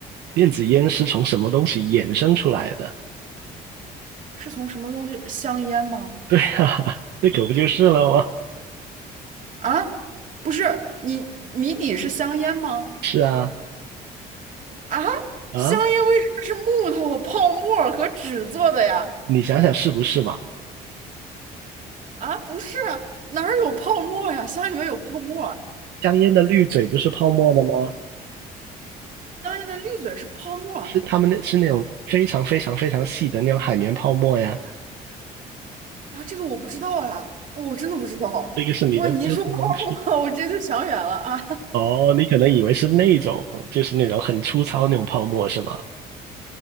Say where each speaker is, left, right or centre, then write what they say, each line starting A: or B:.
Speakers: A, on the right; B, on the right.
A: 电子烟是从什么东西衍生出来的？
B: 是从什么东西？香烟吗？
A: <laughs> 哈哈那可不就是了吗？
B: 啊，不是，你谜底是香烟吗？
A: 是啊
B: 啊，
A: 啊，
B: 香烟为什么是木头、泡沫和纸做的呀？
A: 你想想是不是嘛？
B: 啊，不是啊哪儿有泡沫呀？香里面有泡沫。
A: 香烟的滤嘴不是泡沫的吗？
B: 香烟的滤嘴是泡沫啊
A: 是他们那是那种非常非常非常细的那种海绵泡沫呀。
B: 啊，这个我不知道啊，我真的不知道。
A: 这个是你的知识盲区
B: 哇，你一说泡沫，<laughs> 我直接就想远了啊。
A: 哦，你可能以为是那种，就是那种很粗糙那种泡沫是吗？